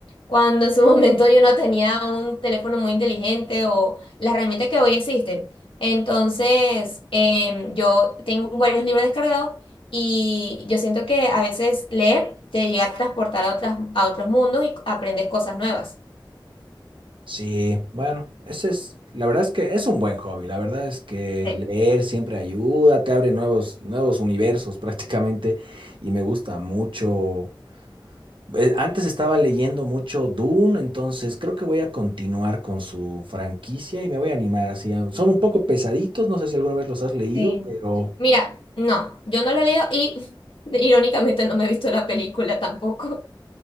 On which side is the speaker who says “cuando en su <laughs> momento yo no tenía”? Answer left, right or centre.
Left